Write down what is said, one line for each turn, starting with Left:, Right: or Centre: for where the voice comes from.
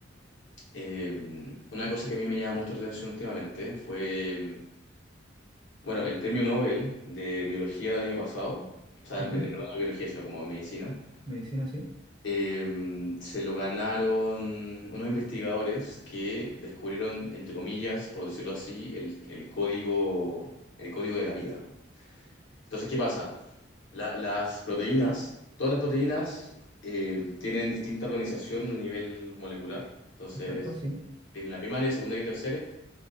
Left: eh, una cosa que a mí me llama mucho la atención últimamente fue em, Bueno, el premio Nobel de biología del año pasado, o sea,
Right: Ujú.
Left: en, ver- en verdad no biología, sino como medicina,
Right: Medicina, sí.
Left: eh, se lo ganaron unos investigadores que descubrieron, entre comillas, por decirlo así, el, el código, el código de la vida. Entonces, ¿qué pasa? La- las proteínas, todas las proteínas eh, tienen distinta organización a nivel molecular. Entonces,
Right: Exacto, sí.
Left: en la primaria, secundaria y terciaria.